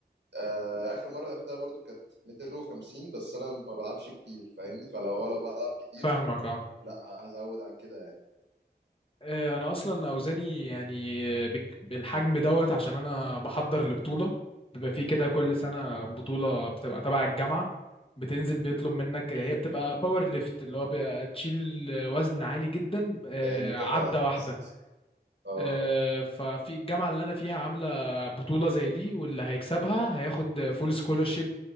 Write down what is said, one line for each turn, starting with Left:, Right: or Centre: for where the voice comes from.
Right: آه، اخر مره لعبتها برضو كانت 250 بس انا ما بلعبش كتير فاهمني فلو هو لو بلعب كتير
Left: فاهمك اه
Right: لا ه- هزود عن كده يعني
Left: آه، انا اصلا اوزاني يعني بك- بالحجم دوت عشان انا بحضر لبطوله بيبقى في كده كل سنه بطوله بتبقى تبع الجامعه بتنزل بيطلب منك
Right: ماشي
Left: هي بتبقى باور ليفت اللي هو بيبقى تشيل وزن عالي جدا آه،
Right: فهمتك
Left: عدة
Right: اه
Left: واحده
Right: س- س- اه
Left: آه، ففي الجامعة اللي أنا فيها عاملة بطولة زي دي واللي هيكسبها هياخد فول سكولرشيب